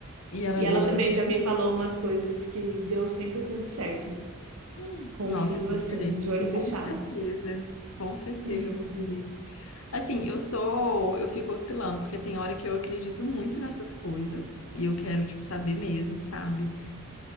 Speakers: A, on the left (about 70°); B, on the right (about 85°).
A: E ela
B: E
A: é boa
B: ela também
A: também?
B: já me falou umas coisas que deu cem por cento certo.
A: Hum,
B: Confio
A: Nossa, eu vou
B: assim,
A: querer.
B: de olho fechado.
A: Com certeza. Com certeza
B: <laughs>
A: eu vou querer. Assim, eu sou, eu fico oscilando, porque tem hora que eu acredito muito nessas coisas e eu quero, tipo, saber mesmo, sabe?